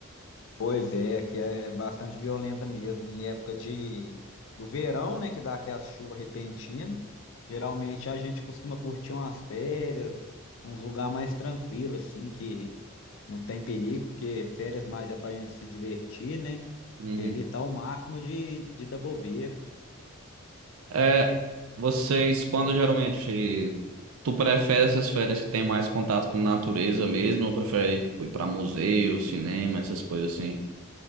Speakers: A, on the left (about 65°); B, on the right (about 80°).
A: Pois é, que é bastante violenta mesmo. Em época de do verão, né, que dá aquelas chuvas repentinas, geralmente a gente costuma curtir umas férias, uns lugares mais tranquilos assim, que não tem perigo, porque férias mais é pra gente se divertir, né?
B: Uhum.
A: Evitar o máximo de, de dar bobeira.
B: É, vocês, quando geralmente, tu prefere essas férias que tem mais contato com natureza mesmo, ou prefere, tipo, ir pra museu, cinema, essas coisas assim?